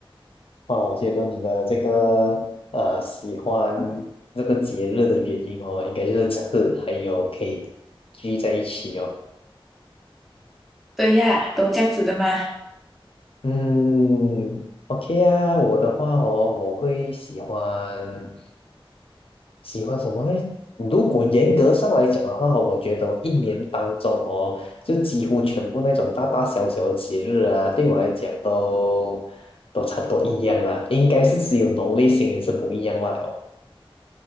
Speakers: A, on the left (about 75°); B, in the centre.
A: 哇，我觉得你的这个呃喜欢这个节日的原因哦，应该就是这个，还有可以聚在一起哦。
B: 对呀，都这样子的嘛。
A: 嗯，OK 啊，我的话哦，我会喜欢。喜欢什么呢？如果严格上来讲的话哦，我觉得我一年当中哦，就几乎全部那种大大小小的节日啊，对我来讲都都差不多一样啦。应该是只有农历新年是不一样罢哦，